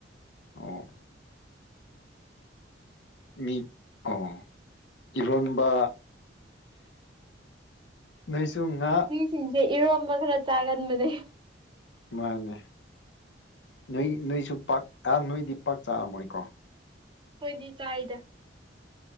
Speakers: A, on the left; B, on the right.
A: ꯑꯣ ꯃꯤ ꯑꯣ ꯏꯔꯣꯟꯕ ꯅꯣꯏꯁꯨ ꯉꯥ
B: ꯁꯤꯡꯁꯦ ꯏꯔꯣꯝꯕ ꯈꯔ ꯆꯥꯒꯟꯕꯅꯦ
A: ꯃꯥꯅꯦ ꯅꯣꯏ ꯅꯣꯏꯁꯨ ꯄꯥꯛ ꯑꯥ ꯅꯣꯏꯗꯤ ꯄꯥꯛ ꯆꯥꯔꯝꯃꯣꯏꯀꯣ
B: ꯑꯩꯈꯣꯏꯗꯤ ꯆꯥꯏꯗ